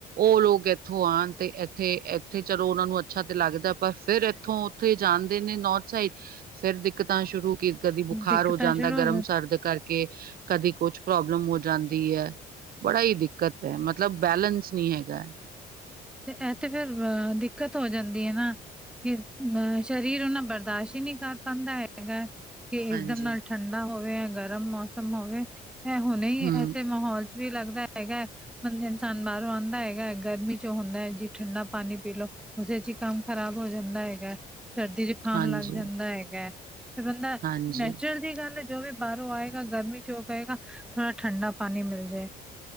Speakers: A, on the right; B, in the centre.
A: ਉਹ ਲੋਕ ਇੱਥੋਂ ਆਉਣ ਤੇ ਇੱਥੇ- ਇੱਥੇ ਚਲੋ ਉਹਨਾਂ ਨੂੰ ਅੱਛਾ, ਤੇ ਲੱਗਦਾ ਪਰ ਫਿਰ ਇੱਥੋਂ ਉੱਥੇ ਜਾਂਦੇ ਨੇ ਨੌਰਥ ਸਾਈਡ ਫੇਰ ਦਿੱਕਤਾਂ ਸ਼ੁਰੂ ਕਿ ਕਦੀ ਬੁਖਾਰ
B: ਦਿੱਕਤਾਂ
A: ਹੋ ਜਾਂਦਾ
B: ਸ਼ੁਰੂ
A: ਗਰਮ-
B: ਹੋ
A: ਸਰਦ ਕਰਕੇ ਕਦੀ ਕੁਛ ਪ੍ਰੋਬਲਮ ਹੋ ਜਾਂਦੀ ਹੈ। ਬੜਾ ਹੀ ਦਿੱਕਤ ਹੈ, ਮਤਲਬ ਬੈਲੇਂਸ ਨਹੀਂ ਹੈਗਾ।
B: ਇਹ ਤੇ ਫੇਰ ਦਿੱਕਤ ਹੋ ਜਾਂਦੀ ਹੈ ਨਾ ਕਿ ਅ ਸਰੀਰ ਉਹਨਾ ਬਰਦਾਸ਼ਤ ਹੀ ਨਹੀਂ ਕਰ ਪਾਉਂਦਾ ਹੈਗਾ। ਕਿ
A: ਹਾਂਜੀ।
B: ਇੱਕਦਮ ਨਾਲ ਠੰਡਾ ਹੋਵੇ ਗਰਮ ਮੌਸਮ ਹੋਵੇ ਇਹ ਹੁਣੇ ਹੀ
A: ਹੂੰ,
B: ਐਸੇ ਮਾਹੌਲ ਵੀ ਲੱਗਦਾ ਹੈਗਾ ਹੈਤਬ ਇਨਸਾਨ ਬਾਹਰੋਂ ਆਉਂਦਾ ਹੈਗਾ ਹੈ। ਗਰਮੀ ਚ ੋਂ ਹੁੰਦਾ ਹੈ ਜੀ ਠੰਡਾ ਪਾਣੀ ਪੀ ਲਓ ਉਸਦੇ ਚ ਹੀ ਕੰਮ ਖ਼ਰਾਬ ਹੋ ਜਾਂਦਾ ਹੈਗਾ ਸਰਦੀ ਚ ਖਾਮ
A: ਹਾਂਜੀ,
B: ਲੱਗ ਜਾਂਦਾ ਹੈਗਾ ਹੈ। ਤੇ ਬੰਦਾ
A: ਹਾਂਜੀ
B: ਨੈਚੁਰਲ ਜਿਹੀ ਗੱਲ ਜੋ ਵੀ ਬਾਹਰੋਂ ਆਏਗਾ ਗਰਮੀ ਜੋਗਾਏਗਾ ਥੋੜਾ ਠੰਡਾ ਪਾਣੀ ਮਿਲ ਜਾਏ।